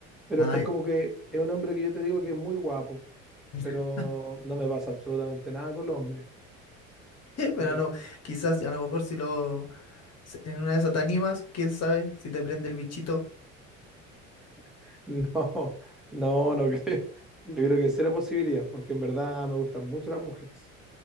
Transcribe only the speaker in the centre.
Pero
es como que es un hombre que yo te digo que es muy guapo,
pero no me pasa absolutamente nada con los hombres.
Eh,
<laughs> no, no, no creo. Yo creo que será posibilidad, porque en verdad me gustan mucho las mujeres,